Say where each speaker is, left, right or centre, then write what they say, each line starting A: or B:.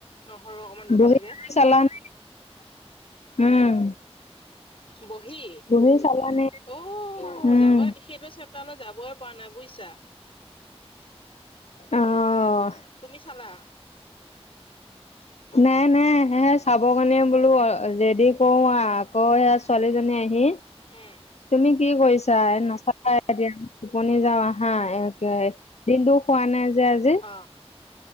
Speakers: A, on the left; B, on the left.
A: নহৰু অকমান দিব
B: বহি
A: লাগে।
B: চালানে
A: হে?
B: উম
A: বহি
B: বহি চালানে
A: অ',
B: উম
A: যাব সেইটো চ তালৈ যাবই পৰা নাই বুইছা।
B: অ'।
A: তুমি চালা?
B: নাই নাই, সেই চাব কাৰণে বোলো ৰেডি কৰো, আকৌ সেয়া ছোৱালীজনী আহি
A: উম,
B: তুমি কি কৰিছা নাচাই তিয়া টোপনি যাও আহা, এ দিনটো শুৱা নাই যে আজি।
A: অ।